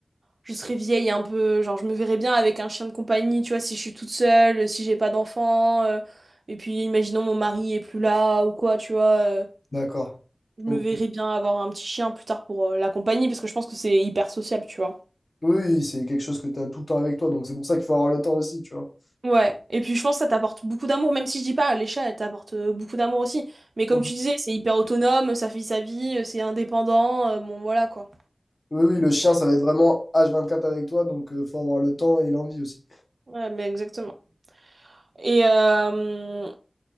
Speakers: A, on the right; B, on the left.
A: je serai vieille un peu. Genre, je me verrai bien avec un chien de compagnie, tu vois, si je suis toute seule, si j'ai pas d'enfant. euh, et puis, imaginons mon mari est plus là ou quoi, tu vois. euh,
B: D'accord.
A: je me
B: Ok.
A: verrai bien avoir un petit chien plus tard pour euh, la compagnie, parce que je pense que c'est hyper sociable, tu vois.
B: Oui, oui, c'est quelque chose que tu as tout le temps avec toi. Donc c'est pour ça qu'il faut avoir le temps aussi, tu vois.
A: Ouais, et puis je pense que ça t'apporte beaucoup d'amour, même si je dis pas, les chats, elles t'apportent euh, beaucoup d'amour aussi. Mais comme
B: Mhm.
A: tu disais, c'est hyper autonome, ça fait sa vie, euh, c'est indépendant, euh, bon voilà quoi.
B: Oui, oui, le chien, ça va être vraiment H24 avec toi. Donc il faut avoir le temps et l'envie aussi.
A: Ouais, mais exactement. Et, euh,